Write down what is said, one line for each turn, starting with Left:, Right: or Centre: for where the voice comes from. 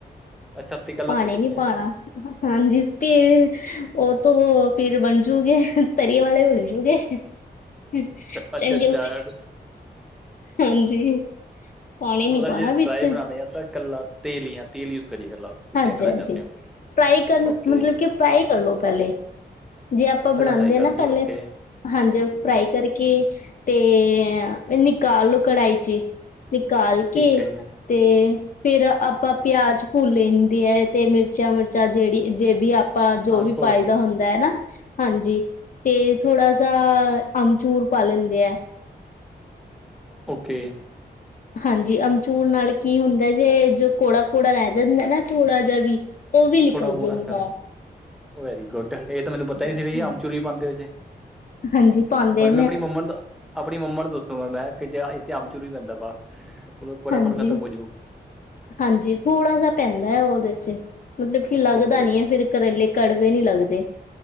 Centre: ਅੱਛਾ। ਤੇ ਇਕੱਲਾ
Left: ਪਾਨੀ
Centre: ਤੇਲ
Left: ਨੀ
Centre: ਹੀ ਹੈ
Left: ਪਾਨਾ। ਹਾਂਜੀ ਤੇ ਉ ਤੋਂ ਫੇਰ ਬਨਜੂਗੀ ਤਰੀ ਵਾਲੇ ਹੋਲੇ <unintelligible> ਚੰਗੇ
Centre: ਅੱਛਾ ਅੱਛਾ
Left: ਹਾਂਜੀ। ਪਾਣੀ ਨੀ
Centre: ਪਤਾ
Left: ਪਾਉਣਾ
Centre: ਜੇ ਡਰਾਈ
Left: ਵਿੱਚ
Centre: ਬਨਾਨੇ ਆ ਤਾਂ ਕੱਲਾ ਤੇਲ ਈ ਆ, ਤੇਲ ਯੂਜ ਕਰੀਏ ਕੱਲਾ। ਤੁਸੀਂ
Left: ਹਾਂਜੀ,
Centre: ਇੰਗਣਾ
Left: ਹਾਂਜੀ।
Centre: ਚਾਹੁੰਦੇ ਹੋ
Left: ਫਰਾਈ ਕਰਨ
Centre: ਓਕੇ
Left: ਮਤਲਬ ਕਿ ਫਰਾਈ ਕਰਲੋ ਪਹਲੇ। ਜੇ ਆਪਾਂ ਬਣਾਂਦੇ
Centre: ਪਹਿਲਾਂ ਫਰਾਈ ਕਰ
Left: ਆ ਨਾ
Centre: ਲਈਏ
Left: ਪਹਲੇ
Centre: ਓਕੇ
Left: ਹਾਂਜੀ। ਫਰਾਈ ਕਰਕੇ ਤੇ ਨਿਕਾਲ ਲੋ ਕੜਾਈ ਚੀ। ਨਿਕਾਲ ਕੇ
Centre: ਠੀਕ ਹੈ ਜੀ
Left: ਤੇ ਫੇਰ ਆਪਾਂ ਪਯਾਜ ਪੂਲ ਲੈਂਦੀ ਏ ਤੇ ਮਿਰਚਾਂ- ਮਿਰਚਾਂ ਜੇੜੀ ਜੇ ਵੀ ਆਪਾਂ
Centre: ਹਾਂ
Left: ਜੋ ਵੀ
Centre: ਘੋਲ
Left: ਪਾਈ
Centre: ਕੇ
Left: ਦਾ ਹੁੰਦੈ ਨਾਂ ਹਾਂਜੀ ਤੇ ਥੋੜਾ ਸਾ ਆਮਚੂਰ ਪਾ ਲੈਂਦੇ ਏ।
Centre: ਓਕੇ।
Left: ਹਾਂਜੀ ਅਮਚੂਰ ਨਾਲ ਕੀ ਹੁੰਦਾ ਜੇ ਜੋ ਕੌੜਾ- ਕੋੜਾ ਰੇੈ ਜਾਂਦੈ ਨਾ ਥੋੜਾ ਜਾ ਵੀ ਓ ਵੀ ਲਿਕਲ
Centre: ਥੋੜਾ ਬਹੁਤ
Left: ਜੁੰਗਾ।
Centre: ਅੱਛਾ Very good. ਏ ਤਾਂ ਮੈਨੂੰ ਪਤਾ ਈ
Left: ਹਾਂਜੀ
Centre: ਸੀ ਵੀ ਅਮਚੁਰ ਵੀ ਪਾਂਦੇ ਏਦੇ ਚ।
Left: ਹਾਂਜੀ ਪਾਉਂਦੇ
Centre: ਪਰ ਮੈਂ ਆਪਨੀ ਮੰਮਾ ਨੂੰ ਆਪਨੀ ਮੰਮਾ ਨੂੰ ਦੱਸੋਗਾ ਮੈਂ ਕੀ ਏ ਚ ਆਮ ਚੂਰ ਵੀ ਪੈਂਦਾ ਵਾ। ਹੁਣ ਕੋੜਾਪਨ
Left: ਹਾਂਜੀ
Centre: ਖਤਮ ਹੋ ਜੂ।
Left: ਹਾਂਜੀ। ਥੋੜਾ ਜਾ ਪੈਂਦੈ ਉਦੇ ਚ ਮਤਲਬ ਕਿ ਲੱਗਦਾ
Centre: ਓਕੇ
Left: ਨੀ ਹੈ ਫਿਰ ਕਰੇਲੇ ਕੜਵੇ ਨੀ ਲੱਗਦੇ।